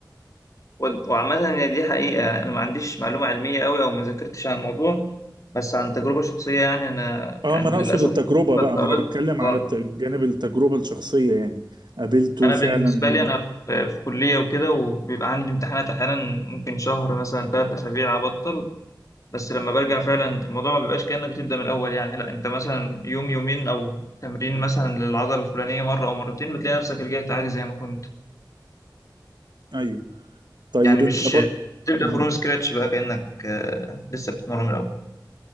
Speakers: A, on the left; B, on the right.
A: و- وعامة هي دي حقيقة أنا ما عنديش معلومة علمية أوي أو ما ذاكرتش عن الموضوع بس عن تجربة شخصية يعني أنا
B: اه
A: يعني
B: ما انا
A: للأسف
B: اقصد التجربة
A: كنت
B: بقى ما
A: أوقات-
B: انا بتكلم على
A: آه.
B: الت- جانب التجربة الشخصية يعني قابلته
A: أنا
B: فعلا
A: بالنسبة لي أنا في في كلية وكده وبيبقى عندي امتحانات أحيانا ممكن شهر مثلا ثلاث أسابيع أبطل بس لما برجع فعلا الموضوع ما بيبقاش كأنك بتبدأ من الأول يعني لا أنت مثلا يوم يومين أو تمرين مثلا للعضلة الفلانية مرة أو مرتين بتلاقي نفسك رجعت عادي زي ما كنت
B: ايوه طيب
A: يعني
B: انت
A: مش
B: بقى
A: تبدأ
B: مم.
A: فروم سكراتش بقى كأنك آه، لسه بتتمرن من الأول